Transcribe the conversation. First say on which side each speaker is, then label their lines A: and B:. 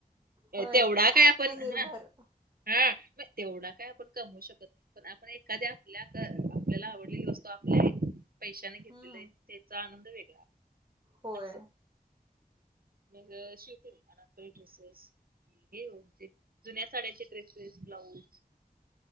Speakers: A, on the right; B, on the right.
A: होय
B: तेवढा काय
A: आत्मनिर्भर
B: आपण--हा, हा म तेवढा काय ण कमवू शकत नाही पण आपण एखाद्या आपल्या, आपल्याला आवडलेली वस्तू आपल्या पैशाने घेतलेले
A: हम्म
B: आहे, त्याचा आनंद वेगळा.
A: होय.
B: असं. मग <unintelligible> ड्रेसेस, हे ओ जे जुन्या साड्याचे ड्रेसेस, ब्लाऊज.